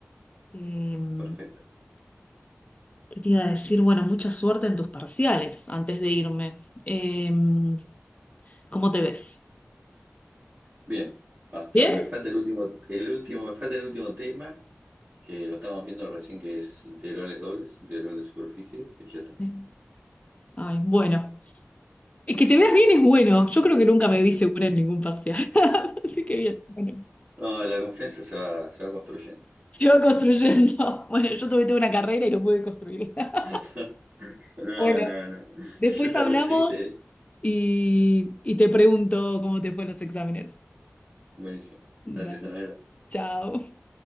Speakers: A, on the left (about 30°); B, on the right (about 45°).
A: Em,
B: perfecto.
A: ¿Qué te iba a decir? Bueno, mucha suerte en tus parciales antes de irme. Em, ¿cómo te ves?
B: Bien, hasta
A: ¿Bien?
B: me falta el último, el último, me falta el último tema, que lo estamos viendo recién, que es integrales dobles, integral de superficie, y ya está.
A: Sí. Ay, bueno. Es que te veas bien es bueno. Yo creo que nunca me vi segura en ningún parcial. <laughs> Así que bien. Bueno,
B: No, la confianza se va, se va construyendo.
A: se va construyendo. <laughs> Bueno, yo tuve, tuve una carrera y no pude construirla.
B: <laughs>
A: <laughs>
B: No,
A: Bueno,
B: no, no.
A: después
B: <laughs> Yo te
A: hablamos
B: recibiste.
A: y, y te pregunto cómo te fue en los exámenes.
B: Buenísimo. Gracias,
A: Dale,
B: Anabel.
A: chao.